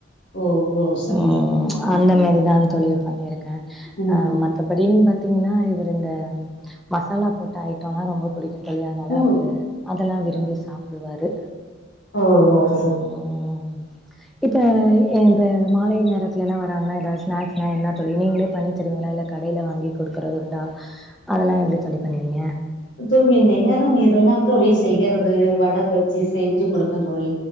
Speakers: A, on the left; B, in the centre.
A: ஓ ஓ சரிங்க
B: ம்
A: தோழி சரிங்க
B: அந்த
A: தோழி
B: மேரிதாந் தோழி பண்ணிருக்கே
A: ம்
B: அ
A: ம்
B: மத்தபடின் பாத்திங்கன்னா இவுரு இந்த மசாலா போட்ட ஐ ஆனா ரொம்ப பிடிக்குந் தோழி அதனால
A: ம்
B: அவுரு அதல்லா விரும்பி சாப்புடுவாரு
A: ஓ ஓ ஓ
B: ம் ம் இப்ப எ இப்ப மாலை நேரத்திலல்லா வராங்கன்னா எதாவ் ஸ்நாக்ஸ்னா என்ன தோழி நீங்ளே பண்ணி தருவிங்ளா இல்ல கடையில வாங்கி குடுக்கறதுண்டா அதெல்லா எப்டி தோழி பண்ணுவீங்க
A: தோழி நேரம் இருந்தால் தோழி செய்யறது வட பஜ்ஜி செய்ஞ்சு குடுப்பந் தோழி